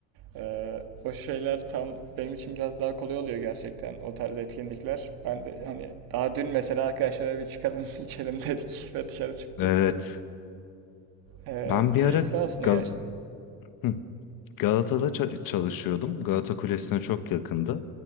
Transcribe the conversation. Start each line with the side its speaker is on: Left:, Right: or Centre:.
Right: Eee, o şeyler tam benim için biraz daha kolay oluyor gerçekten o tarz etkinlikler. Ben de hani daha dün mesela arkadaşlara bir çıkalım <laughs> içelim dedik ve dışarı çıktık.
Left: Evet.
Right: Eee,
Left: Ben bir
Right: keyifli
Left: ara
Right: aslında
Left: Gal
Right: gerçekten.
Left: Hı. Galata'da ça- çalışıyordum. Galata Kulesi'ne çok yakındı.